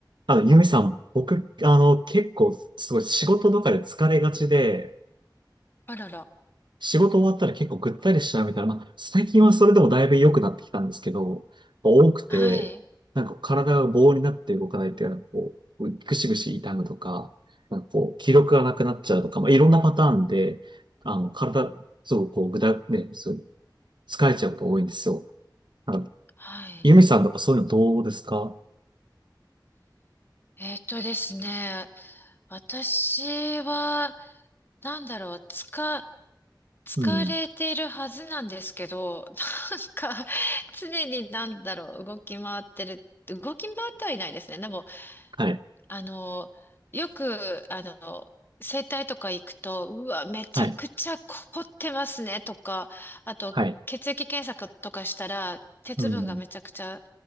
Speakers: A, on the right; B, on the left.
A: あの、ゆみさん、僕、あの、結構、すごい仕事とかで疲れがちで、
B: あらら。
A: 仕事終わったら結構ぐったりしちゃうみたいな、まあ、最近はそれでもだいぶ良くなってきたんですけど、多くて、
B: はい。
A: なんか体が棒になって動かないっていうのは、こう、ぐしぐし痛むとか、なんかこう、気力がなくなっちゃうとか、まあ、いろんなパターンで、あの、体、そう、こう、ぐだ、ね、そう、疲れちゃうこと多いんですよ。あの、
B: はい。
A: ゆみさんとかそういうのどうですか
B: えーっとですね。私は、なんだろう、つか、疲れているはずなんですけど、
A: うん。
B: <laughs> なんか、常になんだろう、動き回ってる、動き回ってはいないですね。でも、
A: はい。
B: あの、よく、あの、整体とか行くと、うわ、めちゃくちゃ凝ってますね、
A: はい。
B: とか、あと、
A: はい。
B: 血液検査とかしたら、鉄分がめちゃくちゃ
A: うん。